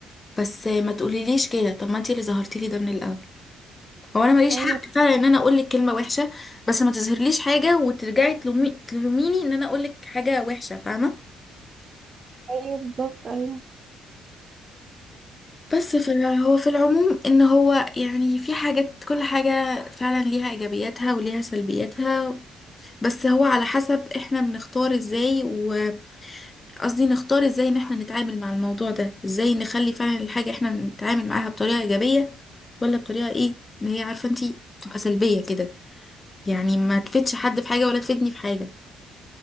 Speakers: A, on the left; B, on the right.
A: بس ما تقوليليش كده طب ما انتي اللي ظهرتي لي ده من الاول هو انا ماليش
B: ايوه
A: حق فعلا ان انا اقول لك كلمه وحشه بس ما تظهرليش حاجه وترجعي تلومي تلوميني ان انا اقول لك حاجه وحشه فاهمه
B: ايوه بالظبط ايوه
A: بس فهو في العموم ان هو يعني في حاجات كل حاجه فعلا ليها ايجابياتها وليها سلبياتها بس هو على حسب احنا بنختار ازاي و... قصدي نختار ازاي ان احنا نتعامل مع الموضوع ده ازاي نخلي فعلا الحاجة احنا نتعامل معاها بطريقة ايجابية ولا بطريقة ايه ان هي عارفة انتي تبقى سلبية كده يعني ما تفيدش حد في حاجة ولا تفيدني في حاجة